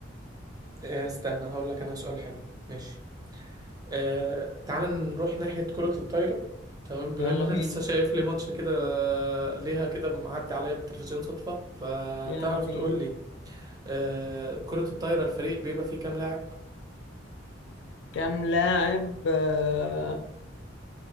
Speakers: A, on the right (about 20°); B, on the left (about 65°).
A: آه، استنى هقول لك انا سؤال حلو ماشي آه تعال نروح ناحية كرة الطايرة تمام بما
B: يلا
A: ان انا
B: بينا
A: <laughs> لسه شايف لي ماتش كده آه، ليها كده معدي عليا بالتلفزيون صدفة فتعرف
B: يلا بينا
A: تقول لي آه كرة الطايرة الفريق بيبقى فيه كام لاعب
B: كام لاعب آه،